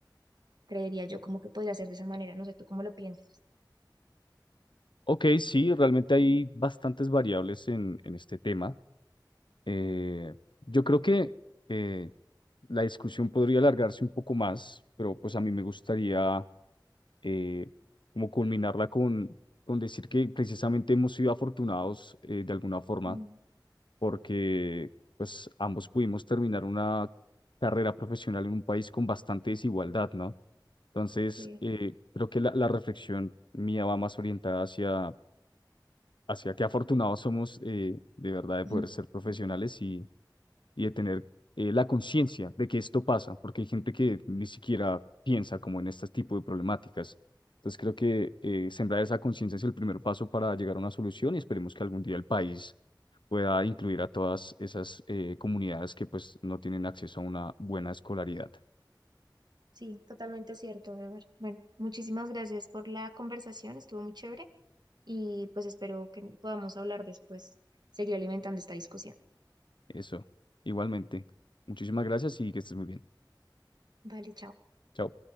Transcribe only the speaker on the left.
Ok, sí, realmente hay bastantes variables en, en este tema. Eh, yo creo que eh, la discusión podría alargarse un poco más, pero pues a mí me gustaría eh, como culminarla con, con decir que precisamente hemos sido afortunados eh, de alguna forma
porque pues ambos pudimos terminar una carrera profesional en un país con bastante desigualdad, ¿no? Entonces,
eh, creo que la, la reflexión mía va más orientada hacia, hacia qué afortunados somos eh, de verdad de
poder ser profesionales y de tener eh, la conciencia de que esto pasa, porque hay gente que ni siquiera piensa como en este tipo de problemáticas. Entonces creo que eh, sembrar esa conciencia es el primer paso para llegar a una solución y esperemos que algún día el país pueda incluir a todas esas eh, comunidades que pues no tienen acceso a una buena escolaridad.
Eso, igualmente. Muchísimas gracias y que estés muy bien.
Chao.